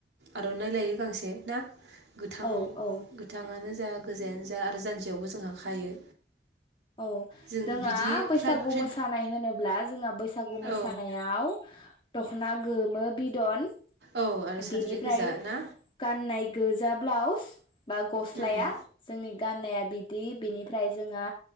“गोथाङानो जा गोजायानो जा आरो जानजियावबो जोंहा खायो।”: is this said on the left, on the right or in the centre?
Right